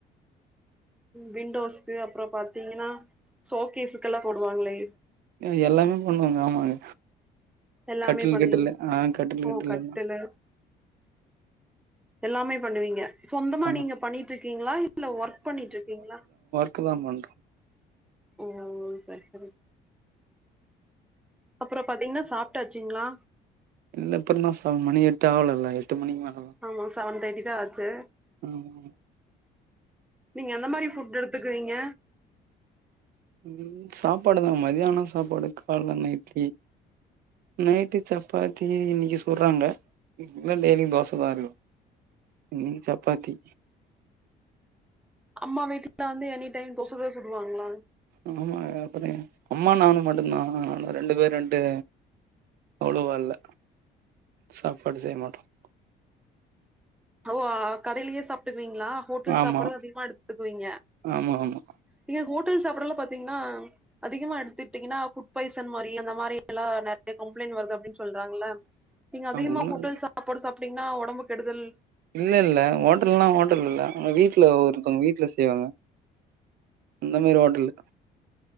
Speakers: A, in the centre; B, on the right (about 65°).
A: விண்டோஸு அப்பற பாத்திங்கனா சோகேஸுக்கெல்லா போடுவாங்களே
B: எ எல்லாமே பண்ணுவங்க ஆமாங்க
A: எல்லாமே
B: கட்டில்
A: பண்ணி
B: கிட்டிலு ஆ கட்டில்
A: ஓ
B: கிட்டில்லா
A: கரட்டுங்க எல்லாமே பண்ணுவீங்க சொந்தமா
B: ஆமா
A: நீங்க பண்ணிட்டு இருக்கீங்களா இல்ல ஒர்க் பண்ணிட்டு இருக்கீங்களா
B: கக் <unintelligible>
A: ஓ சரி சரி அப்புறம் பாத்தீங்கன்னா சாப்ட்டாச்சுங்களா
B: இல்ல இப்பறம்ந்தான் <unintelligible> <unintelligible> மணி எட்டு ஆகல இல்ல எட்டு மணிக்கு வரலாம்
A: ஆமா செவன் தேட்டி தா ஆச்சு
B: ம்
A: நீங்க எந்த மாரி ஃபுட் எடுத்துக்கிறீங்க
B: ம் சாப்பாடுதா மதியானம் சாப்பாடு கால் இட்லி நைட்டு சப்பாத்தி இன்றைக்கு சுடறாங்க இல்ல டெய்லிக்கு தோசை தா இருக்கும் நீ சப்பாத்தி
A: அம்மா வீட்டுல வந்து எனி டைம் தோசதா சுடுவாங்களா
B: ஆமா அப்புற அம்மா நானு மட்டும்தா ரெண்டு பேருட்டு அவ்வளவா இல்ல சாப்பாடு செய்ய மாட்டோம்
A: ஓ கடையிலயே சாப்ட்டுக்குவீங்களா ஹோட்டல்
B: ஆமா
A: சாப்படுறது அதிகமா எடுத்துக்குவீங்க
B: ஆமா ஆமா
A: நீங்க ஹோட்டல் சாப்படல்லா பாத்தீங்கன்னா அதிகமா எடுத்துட்டீங்கன்னா புட் பாய்சன் மாதிரி அந்த மாரில்லா நிறைய கம்ப்ளைண்ட் வருது அப்டின்னு சொல்றாங்கள
B: <inaudible>
A: நீங்க அதிகமா
B: உண்ம
A: ஹோட்டல்
B: இல்ல
A: சாப்பாடு சாப்ட்டீங்னா உடம்பு கெடுதல்
B: இல்ல இல்ல ஹோட்டல்லா ஹோட்டல் இல்ல வீட்டுல ஒருத்தவங்க வீட்டுல செய்வாங்க அந்த மாரி ஓட்டல்